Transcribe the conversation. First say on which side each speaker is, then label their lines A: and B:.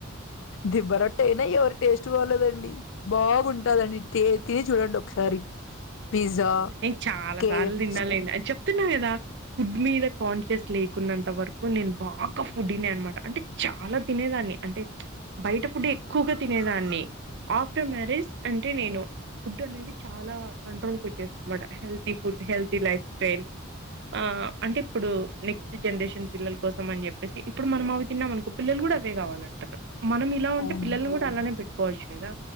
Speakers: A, on the left; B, on the right.
A: దిబ్బ రొట్టె అయినా ఎవరు టేస్ట్ వల్లదండి బాగుంటాదండి టే తిని చూడండి ఒకసారి పిజ్జా
B: నేను చాలా
A: కేఎఫ్
B: సార్లు తిన్నాలెండి చెప్తున్నా కదా ఫుడ్ మీద కాన్షియస్ లే న్నంత వరకు నేను బాగా ఫుడ్ తిన అనమాట అంటే చాలా తినేదాన్ని అంటే బయట ఫుడ్ ఎక్కువగా తినే దాన్ని ఆఫ్టర్ మ్యారేజ్ అంటే నేను ఫుడ్ అనేది చాలా కంట్రోల్ కు వచ్చేను మాట healthy food healthy lifestyle ఆ అంటే ఇప్పుడు నెక్స్ట్ జనరేషన్ పిల్లల కోసం అని చెప్పేసి ఇప్పుడు మనం అవి తిన్నాం అనుకో పిల్లలు అవే కావాలంటారు మనం ఇలా ఉంటే
A: అవునండి
B: పిల్లల్ని కూడా అలానే పెట్టుకోవచ్చు కదా